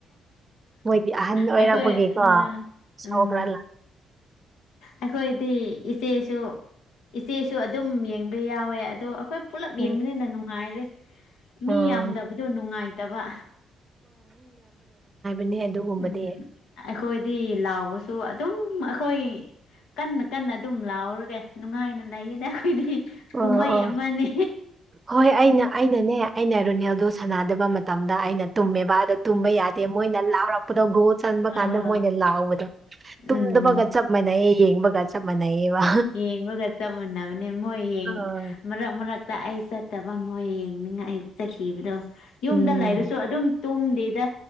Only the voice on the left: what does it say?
ꯑꯩꯈꯣꯏ
ꯑ
ꯎꯝ ꯑꯩꯈꯣꯏꯗꯤ ꯏꯆꯦꯁꯨ ꯏꯆꯦꯁꯨ ꯑꯗꯨꯝ ꯌꯦꯡꯕ ꯌꯥꯎꯋꯦ ꯑꯗꯣ ꯑꯩꯈꯣꯏ ꯄꯨꯂꯞ
ꯌꯦꯡꯕꯅꯤꯅ ꯅꯨꯡꯉꯥꯏꯔꯦ ꯃꯤ
ꯌꯥꯝꯗꯕꯗꯣ ꯅꯨꯡꯉꯥꯏꯇꯕ
ꯎꯝ ꯑꯩꯈꯣꯏꯗꯤ ꯂꯥꯎꯕꯁꯨ ꯑꯗꯨꯝ ꯑꯩꯈꯣꯏ ꯀꯟꯅ ꯀꯟꯅ ꯑꯗꯨꯝ ꯂꯥꯎꯔꯒꯦ ꯅꯨꯡꯉꯥꯏꯅ ꯂꯩꯌꯦꯗ ꯑꯩꯈꯣꯏꯗꯤ
ꯀꯨꯝꯍꯩ
ꯑꯃꯅꯤ
ꯑꯥ
ꯎꯝ
ꯌꯦꯡꯕꯒ ꯆꯞ ꯃꯅꯕꯅꯦ ꯃꯣꯏ
ꯃꯔꯛ ꯃꯔꯛꯇ ꯑꯩ ꯆꯠꯇꯕ ꯃꯣꯏ ꯌꯦꯡꯅꯤꯡꯉꯥꯏ ꯆꯠꯈꯤꯕꯗꯣ ꯌꯨꯝꯗ
ꯂꯩꯔꯁꯨ ꯑꯗꯨꯝ ꯇꯨꯝꯗꯦꯗ